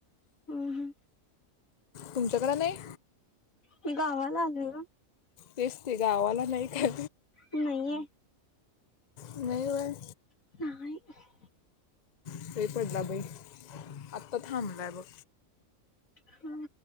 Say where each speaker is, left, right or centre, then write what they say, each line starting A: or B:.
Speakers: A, on the left (about 85°); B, on the left (about 40°).
A: हं हं.
B: तुमच्याकडे नाही
A: मी गावाला आलो
B: तेस् ते गावाला नाही का
A: नाही आहे
B: नाहीवर
A: ह
B: सही पडला बई आत्ता थांबला आहे बघ
A: ह